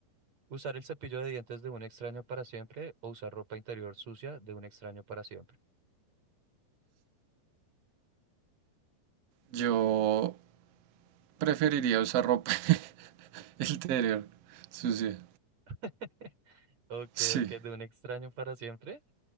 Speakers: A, on the right; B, on the right.
A: ¿Usar el cepillo de dientes de un extraño para siempre o usar ropa interior sucia de un extraño para siempre?
B: Yo preferiría usar ropa <laughs> interior sucia.
A: <laughs> Ok,
B: Sí,
A: ok, de un extraño para siempre.